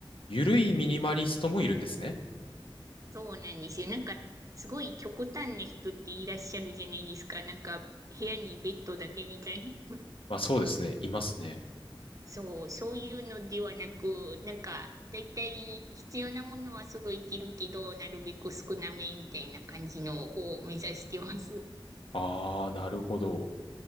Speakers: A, on the left; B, on the right.
A: ゆるいミニマリストもいるんですね。
B: そうなんですよ。なんか、すごい極端な人っていらっしゃるじゃないですか。なんか、部屋にベッドだけみたいな。
A: まあそうですね。いますね。
B: そう、そういうのではなく、なんか、だいたい必要なものは揃えてるけど、なるべく少なめみたいな感じのを目指してます。
A: ああ、なるほど。